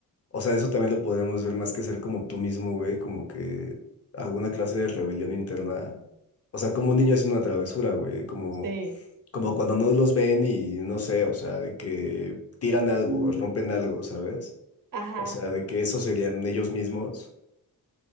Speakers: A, on the left (about 35°); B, on the right (about 55°).
A: o sea, eso también lo podríamos ver más que ser como tú mismo, güey, como que alguna clase de rebelión interna, o sea, como un niño haciendo una travesura, güey, como,
B: Sí,
A: como cuando no los ven y no sé, o sea, de que tiran algo,
B: Mm.
A: o rompen algo, ¿sabes?
B: ajá,
A: O sea, de que eso serían ellos mismos.